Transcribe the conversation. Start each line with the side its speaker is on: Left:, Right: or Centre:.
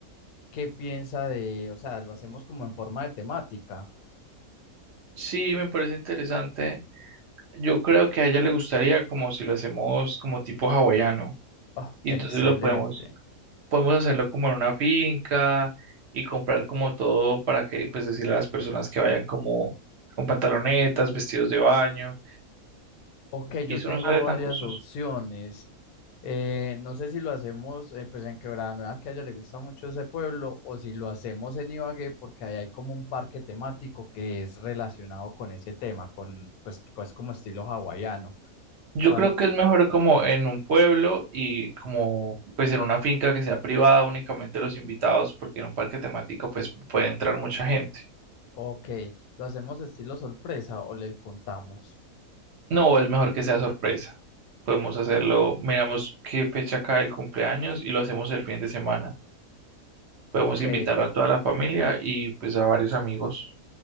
Left: ¿qué piensa de, o sea, lo hacemos como en forma de temática?
Right: Sí, me parece interesante. Yo creo que a ella le gustaría como si lo hacemos como tipo hawaiano.
Left: Oh,
Right: Y
Left: excelente.
Right: entonces lo podemos, podemos hacerlo como en una finca y comprar como todo para que, pues decirle a las personas que vayan como con pantalonetas, vestidos de baño.
Left: Ok,
Right: Y
Left: yo
Right: eso
Left: tengo
Right: no sale tan
Left: varias
Right: costoso.
Left: opciones. Eh, no sé si lo hacemos eh, pues en Quebrada Nueva, que a ella le gusta mucho ese pueblo, o si lo hacemos en Ibagué, porque ahí hay como un parque temático que es relacionado con ese tema, con pues, pues como estilo hawaiano.
Right: Yo
Left: ¿Cuál?
Right: creo que es mejor como en un pueblo y como pues en una finca que sea privada únicamente los invitados, porque en un parque temático pues puede entrar mucha gente.
Left: Ok, ¿lo hacemos estilo sorpresa o le contamos?
Right: No, es mejor que sea sorpresa. Podemos hacerlo, miramos qué fecha cae el cumpleaños y lo hacemos el fin de semana. Podemos
Left: Ok,
Right: invitar a toda la familia y pues a varios amigos.